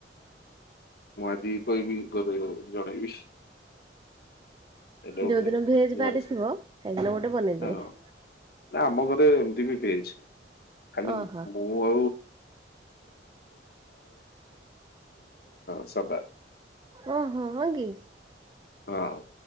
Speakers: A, on the left; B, on the right.
A: ମୁଁ ଆଜିି କହବିି ଘରେ ଜଣେଇବି। ଏଇଟା ଗୋଟେ
B: ଯୋଉ ଦିନ ଭେଜ୍
A: ନୂଆ
B: ବାରିଥିବ
A: ରେସିପି
B: ସେଇଦିନ ଗୋଟେ ବନେଇ
A: ହଁ
B: ଦେବେ।
A: ନା ଆମ ଘରେ ଏମିତି ବି ଭେଜ୍‌ ଖାଲି
B: ଓହୋ।
A: ମୁଁ <unintelligible>
B: ଓହୋ ହ କି?
A: ହଁ।